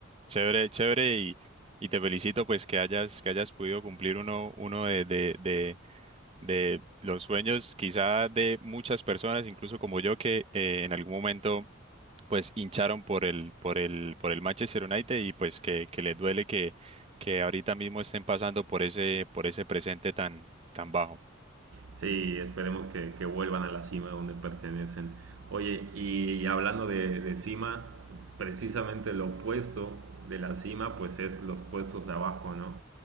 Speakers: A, on the right; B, on the right.
A: chévere, chévere y, y te felicito pues que hayas, que hayas podido cumplir uno, uno de, de, de, de los sueños quizá de muchas personas, incluso como yo, que eh, en algún momento pues hincharon por el, por el, por el Manchester United y pues que, que les duele que, que ahorita mismo estén pasando por ese, por ese presente tan, tan bajo.
B: Sí, esperemos que, que vuelvan a la cima donde pertenecen. Oye, y, hablando de, de cima, precisamente lo opuesto de la cima, pues es los puestos de abajo, ¿no?